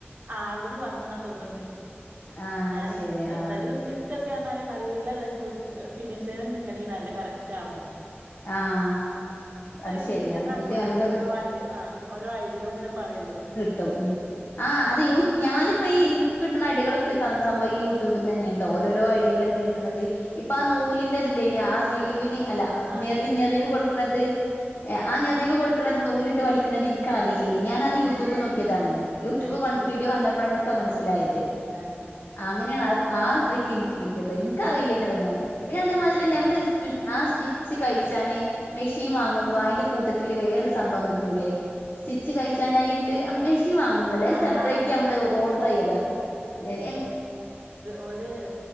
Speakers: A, on the right; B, on the left.
A: ആ അവിട്ന്ന് പറഞ്ഞന്നാ തോന്ന്ണ്ട്
B: ആഹ്
A: ഞാനിന്ന്
B: അത് ശരി
A: എ
B: ആഹ്
A: തായു സ്ലിറ്റു ട്ട് അർണാല് നല്ല യഹ് വ്‌ഹ് എർ ഫിനിഷിനൊക്കെ നിക്കണെയ് നല്ല കറക്റ്റാവണെയ്
B: ആഹ് അത്
A: യൂട്യൂബിലൊക്കെ
B: ശരിയാ
A: കാണുമ്പോ
B: വീട്ടി
A: ഓരോരുത്തര്
B: നല്ല
A: ഓരോ ഐഡി ആ ഓരോ ഐ ട്ട്ലു ങ്ങനെ പറയല്ലോ
B: ട്ടും ഉം ആ അത് യുറ്റ് ഞാനിപ്പൊ ഈ ഇൻക്ക് കിട്ണ എടികൂടെ - <unintelligible> യൂറ്റൂ തിന്നന്നെട്ടോ ഓരോരോ ഐഡ്യകളിങ്ങനെ കിട്ട്ണത് ഇപ്പാ നൂലിന്റെ ത് ല്ലേനോ ആ സ്ലീവിന് അല്ല അ
A: ആ ആ
B: ഞെറി ഞെറിവ് കൊട്ക്ക്ണത് എ ആ ഞറിവ് കൊട് ക്ക്ണത് നൂല്ട്ട് വലിക്ക്ണതിൻകറി ല്ലെയ്നി ഞാനത് യൂട്യൂബ് നോക്കിയതാണെയ് യൂട്യൂബ്
A: ആ
B: കൺ വീഡിയോ കണ്ട <unintelligible> ലായത്
A: ആ
B: ആങ്ങനേണ് അ ആ ട്രിക്ക് എനിക്ക് കിട്ടിയത് എനിക്കറിയില്ലേനും അതൊന്നും പിന്നെ അതേമാതിരി നമ്മള് സ് ആ സ്റ്റിച്ച് കഴിച്ചാന് മെഷീൻ വാങ്ങുമ്പോ അതിന്റെ കൂട്ടത്തില്‌ വേറൊരു സംഭവം കിട്ടൂലേ? സ്റ്റിച്ച് കഴിച്ചാനായിട്ട് അമ്മേ വാങ്ങുമ്പോളല്ലേ
A: ആ
B: സെപ്പറേറ്റ്
A: ആ
B: നമ്മള് ഓർഡർ ചെയ്യലാ എ
A: ഒര്